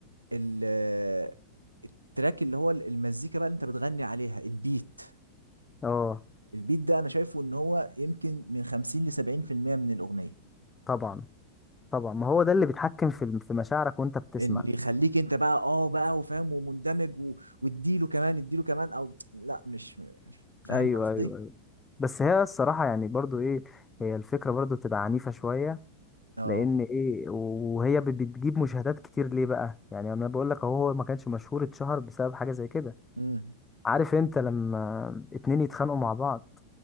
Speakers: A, on the right; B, on the left.
A: ال- التراك اللي هو المزيكا بقى اللي انت بتغني عليها البيت
B: اه
A: البيت ده انا شايفه ان هو يمكن من 50 ل 70% من الاغنيه
B: طبعا طبعا ما هو ده اللي بيتحكم في الم- في مشاعرك وانت بتسمع
A: اللي يخليك انت بقى اه بقى وفاهم ومندمج و... واديله كمان اديله كمان او لا مش فاهم
B: ايوه
A: قصدي
B: ايوه بس هي الصراحه يعني برضو ايه هي الفكره برضو بتبقى عنيفه شويه
A: اه
B: لان ايه وهي بت- بتجيب مشاهدات كتير ليه بقى يعني انا بقول لك اهو هو ما كانش مشهور اتشهر بسبب حاجه زي كده
A: امم
B: عارف انت لما اتنين يتخانقوا مع بعض